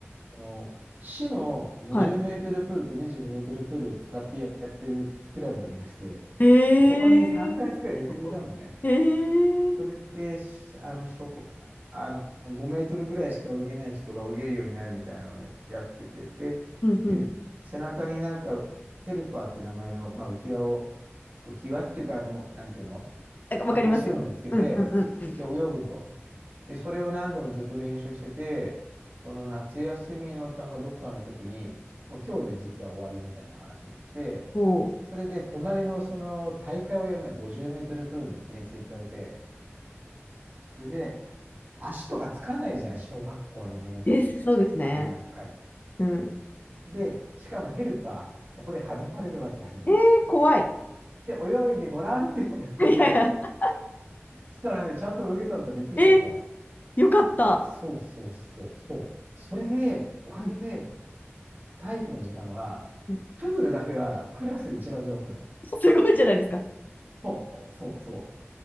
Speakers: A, on the right; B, on the left.
A: この、市の50メートルプールと25メートルプールを使ってやってるクラブがありまして、
B: はい。ええ
A: で、そこに3ヶ月ぐらい入れてくれたのね。
B: ええ
A: それで、しあの、しょ、あの、5メートルぐらいしか泳げない人が泳げるようになるみたいなのをやってくれて、
B: うんうん。
A: で、背中になんか、ヘルパーって名前の、まあ、浮き輪を、浮き輪っていうか、あの、なんていうの
B: なんかわかりますよ。
A: 発泡スチロールみたいなのつけて、
B: うんうんうんうん。
A: で、泳ぐと。で、それを何度もずっと練習してて、その夏休みのなんかどっかの時に、もう今日で実は終わりみたいな話になって、
B: おお。
A: それで隣のその大会をやるなら50メートルプールにいきなり連れてかれて、それで、足とかつかないじゃん、小学校2年生じゃ。
B: です、そうですね。
A: そんな深い。
B: うん。
A: で、しかもヘルパー、そこで外されるわけ、初めて。
B: ええ怖い。
A: で、泳いでごらんって言われて、
B: <laughs> いやいや、
A: <laughs> そしたらね、ちゃんと泳げたんだ、びっくりしちゃった。
B: ええよかった。
A: そうそうそう、そう。それで、おかげで、
B: うん
A: 体育の時間は、
B: うん。
A: プールだけはクラスで一番上手なの。
B: すごいじゃないですか。
A: そう、そう、そ